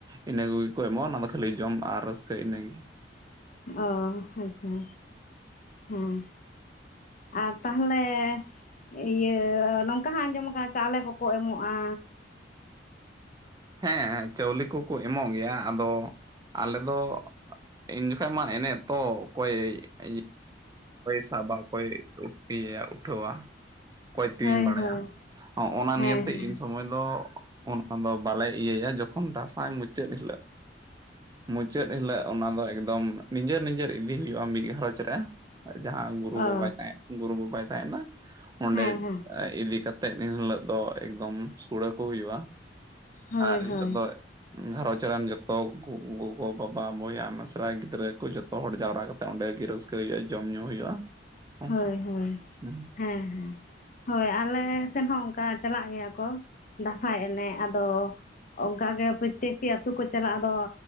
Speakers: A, on the right; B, on the left.
A: ᱤᱱᱟᱹ ᱠᱚᱜᱮ ᱠᱚ ᱮᱢᱚᱜᱼᱟ᱾ ᱚᱱᱟ ᱫᱚ ᱠᱷᱟᱹᱞᱤ ᱡᱚᱢ ᱟᱨ ᱨᱟᱹᱥᱠᱟᱹ ᱤᱱᱟᱹᱜᱮ᱾
B: ᱚ ᱟᱪᱪᱷᱟ ᱦᱮᱸ᱾ ᱟᱨ ᱛᱟᱦᱚᱞᱮ ᱤᱭᱟᱹ ᱱᱚᱝᱠᱟ ᱦᱟᱸᱜ ᱟᱸᱡᱚᱢ ᱠᱟᱱᱟ ᱪᱟᱣᱞᱮ ᱠᱚᱠᱚ ᱮᱢᱚᱜᱼᱟ᱾
A: ᱦᱮᱸ ᱪᱟᱣᱞᱮ ᱠᱚᱠᱚ ᱮᱢᱚᱜ ᱜᱮᱭᱟ ᱟᱫᱚ ᱟᱞᱮ ᱫᱚ ᱤᱱᱡᱚᱠᱷᱟᱡ ᱢᱟ ᱮᱱᱮᱜ ᱛᱚ ᱚᱠᱚᱭ ᱤᱭ ᱚᱠᱚᱭ ᱥᱟᱵᱟ ᱠᱚᱭ ᱤᱭᱟᱹᱭᱟ ᱩᱴᱷᱣᱟ? ᱠᱚᱭ ᱛᱤᱣᱤᱧ
B: ᱦᱳᱭ
A: ᱵᱟᱲᱟᱭᱟ
B: ᱦᱳᱭ
A: ᱦᱚᱜᱼᱟ ᱱᱟ
B: ᱦᱮᱸ
A: ᱱᱤᱭᱟᱹᱛᱮ
B: ᱦᱮᱸ
A: ᱤᱱᱥᱚᱢᱚᱭ ᱫᱚ ᱚᱱᱟ ᱫᱚ ᱵᱟᱞᱮ ᱤᱭᱟᱹᱭᱟ ᱡᱚᱠᱷᱚᱱ ᱫᱟᱸᱥᱟᱭ ᱢᱩᱪᱟᱹᱫ ᱦᱤᱞᱟᱹᱜ ᱢᱩᱪᱟᱹᱫ ᱦᱤᱞᱟᱹᱜ ᱚᱱᱟ ᱫᱚ ᱮᱠᱫᱚᱢ ᱱᱤᱡᱮᱨ ᱱᱤᱡᱮᱨ ᱤᱫᱤ ᱦᱩᱭᱩᱜᱼᱟ᱾ ᱢᱤᱜ ᱜᱷᱟᱨᱚᱸᱡᱽ ᱨᱮ᱾ ᱡᱟᱦᱟᱸ ᱜᱩᱨᱩ
B: ᱚ
A: ᱵᱟᱵᱟᱭ ᱛᱟᱦᱮᱸ ᱜᱩᱨᱩ ᱵᱟᱵᱟᱭ ᱛᱟᱦᱮᱱᱟ ᱚᱸᱰᱮ
B: ᱦᱮᱸ ᱦᱮᱸ
A: ᱤᱫᱤ ᱠᱟᱛ ᱛᱮᱜ ᱤᱱ ᱦᱤᱞᱳᱜ ᱫᱚ ᱮᱠᱫᱚᱢ ᱥᱩᱲᱟᱹ ᱠᱚ ᱦᱩᱭᱩᱜᱼᱟ᱾
B: ᱦᱳᱭ
A: ᱟᱨ ᱤᱱ
B: ᱦᱳᱭ
A: ᱦᱤᱞᱳᱜ ᱫᱚ ᱜᱷᱟᱨᱚᱧᱡᱽ ᱨᱮᱱ ᱡᱚᱛᱚ ᱠᱩ ᱜᱚᱜᱚᱼᱵᱟᱵᱟ ᱵᱚᱭᱦᱟ ᱢᱮᱥᱨᱟ ᱜᱤᱫᱽᱨᱟᱹ ᱠᱚ ᱡᱚᱛᱚ ᱦᱚᱲ ᱡᱟᱣᱨᱟ ᱠᱟᱛᱮᱜ ᱚᱸᱰᱮ ᱜᱮ ᱨᱟᱹᱥᱠᱟᱹ ᱦᱩᱭᱩᱜᱼᱟ, ᱡᱚᱢᱼ ᱧᱩ ᱦᱩᱭᱩᱜᱼᱟ᱾ ᱚᱱᱠᱟ
B: ᱦᱳᱭ ᱦᱳᱭ
A: ᱦᱚᱸ
B: ᱦᱮᱸ ᱦᱳᱭ ᱟᱞᱮ ᱥᱮᱱ ᱦᱚᱸ ᱠᱟ ᱪᱟᱞᱟᱜ ᱜᱮᱭᱟ ᱠᱚ, ᱫᱟᱸᱥᱟᱭ ᱮᱱᱮᱜ ᱟᱫᱚ ᱚᱝᱠᱟᱜᱮ ᱯᱚᱛᱮᱠᱴᱤ ᱟᱛᱩ ᱠᱚ ᱪᱟᱞᱟᱜᱼᱟ ᱟᱫᱚ